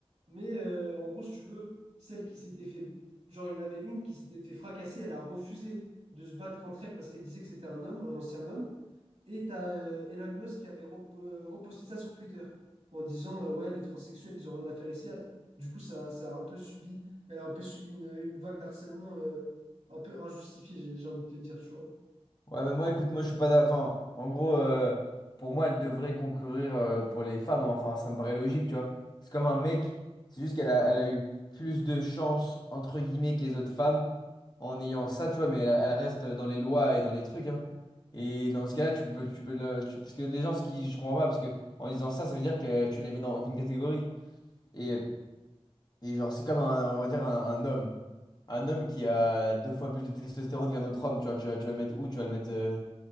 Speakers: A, on the right; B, on the left.
A: Mais euh, en gros, si tu veux, celle qui s'était fait, genre il y en avait une qui s'était fait fracasser, elle a refusé de se battre contre elle parce qu'elle disait que c'était un homme, un ancien homme. Et t'as euh, Elon Musk qui avait rep- euh, reposté ça sur Twitter en disant euh, ouais les transsexuels ils ont rien à faire ici. Du coup ça, ça a un peu subi, elle a un peu subi une, une vague d'harcèlement euh, un peu injustifiée j'ai j'ai envie de te dire tu vois.
B: Ouais, mais moi, écoute, moi, je suis pas d'accord. Enfin, en gros, euh, pour moi, elle devrait concourir euh, pour les femmes. hein. Enfin, ça me paraît logique, tu vois. C'est comme un mec, c'est juste qu'elle a, elle a eu plus de chance, entre guillemets, que les autres femmes en ayant ça, tu vois. Mais elle, elle reste dans les lois et dans les trucs. hein. Et dans ce cas-là, tu peux, tu peux le. tu- Parce que les gens, ce qui. Je comprends pas, parce que en disant ça, ça veut dire que tu la mets dans aucune catégorie. Et, et genre, c'est comme, un, on va dire, un, un homme. Un homme qui a deux fois plus de testostérone qu'un autre homme, tu vois. Tu vas, tu vas le mettre où? Tu vas le mettre. euh,